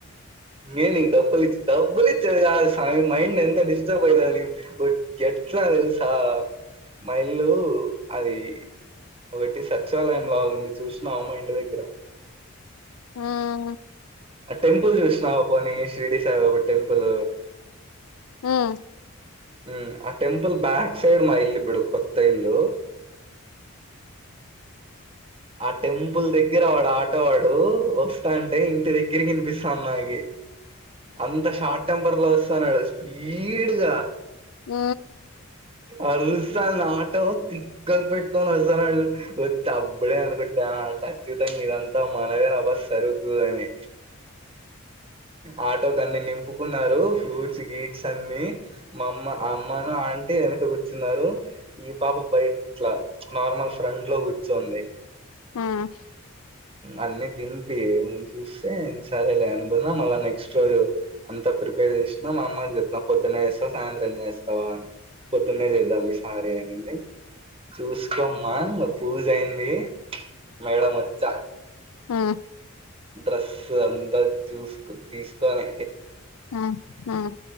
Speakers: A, on the right; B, on the left.
A: ఏకు డబ్బలి ఇచ్చ డబ్బలి ఇ సామి మైండ్ ఎంత డిస్టర్బ్ అయిదా ఎట్లా తెలుసా మైల్లు అది ఒకటి సచివాలయం లాగుంది చూసినా అమ్మా ఇంటి దగ్గర
B: ఆ
A: టెంపుల్ విష్న్నావా పోనీ శిరిడి సాయిబాబ టెంపుల్
B: ఆమ్
A: హ ఆ టెంపుల్ బ్యాక్ సైడ్ మా ఇల్ బడు కొత్త ఇల్లు ఆ టెంపుల్ దగ్గర అవ్వ ఆటవాడు వస్తా అంటే ఇంటి దగ్గర కినిపిస్తాను నాగి అంత షార్ట్ టెంపర్ లో వస్తున్నాడు స్పీడ్గా
B: ఆ
A: అరుసాన్ నాట తిక్కలు పెట్ అరుసాన్ తప్పుబడే అనుకుంటే ఖచ్చితంగా ఇదంతా మనదే నభ సరుకు అని ఆటో క అన్ని నింపుకున్నారు ఫ్రూట్స్ గీడ్స్ అన్ని మా అమ్మ అమ్మాను ఆంటే వెనక కూర్చున్నారు ఈ పాప బయ ఇట్లా నార్మల్ ఫ్రంట్ లో కూర్చోంది
B: ఏంది
A: అన్నిీ దింపి చూస్తే సరేలే అనుకున్నాం మళ్ళ నెక్స్ట్ రోజు అంత ప్రిపేర్ చేసినా మా అమ్మ చెప్తున్నా పొద్దున్నేస్తావు సాయంత్రం చేస్తావా అని పొద్దున్నే చేద్దాం ఈసార అనిడి చూసుకోమ్మా పూజ అయింది మేడం వచ్చ
B: హ్మ్మ్
A: డ్రెస్స్ అంతా చూస్ తీసుకని
B: ఆ ఆ